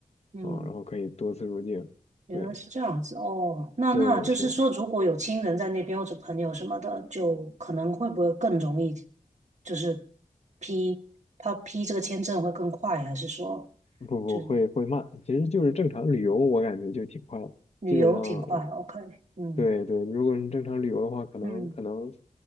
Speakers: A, on the right; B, on the left.
A: 嗯。
B: 啊，然后可以多次入境。
A: 原来是这样子哦，
B: 对
A: 那那就是说，
B: 对，是的，
A: 如果有亲人在那边或者朋友什么的，就可能会不会更容易，就是批他批这个签证会更快，还是说
B: 不不会会慢，
A: 就是
B: 其实就是正常旅游，我感觉就挺快的，
A: 旅游挺快？OK，
B: 基本上
A: 嗯
B: 对对，如果你正常旅游的话，可能可能
A: 嗯，